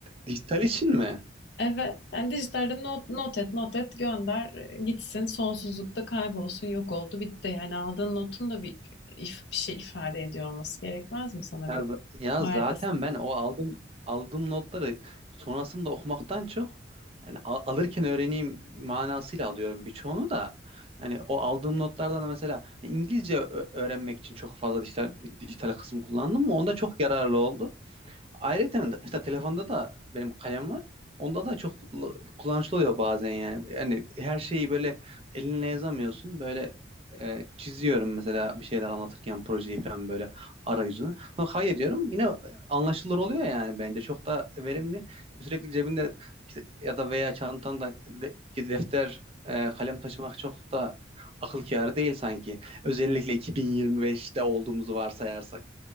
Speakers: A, on the right (about 30°); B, on the left (about 65°).
A: Dijital için mi?
B: Evet. Yani dijitalde not, not et, not et, gönder, e, gitsin, sonsuzlukta kaybolsun, yok oldu, bitti. Yani aldığın notun da bir, if- bir şey ifade ediyor olması gerekmez mi sana
A: Ya,
B: bir
A: z- ya
B: faydası?
A: zaten ben o aldığım aldığım notları sonrasında okumaktan çok yani a- alırken öğreneyim manasıyla alıyorum birçoğunu da. Yani o aldığım notlardan da mesela İngilizce ö- öğrenmek için çok fazla dijital dijital kısım kullandım mı? Onda çok yararlı oldu. Ayrıca işte telefonda da benim kalem var. Onda da çok l- kullanışlı oluyor bazen yani. Yani her şeyi böyle elinle yazamıyorsun. Böyle e, çiziyorum mesela bir şeyler anlatırken projeyi falan böyle arayüzünü. Ha, Hayır diyorum yine e, anlaşılır oluyor yani bence. Çok da verimli. Sürekli cebinde işte ya da veya çantanda de- defter, e, kalem taşımak çok da akıl kârı değil sanki. Özellikle 2025'te olduğumuzu varsayarsak.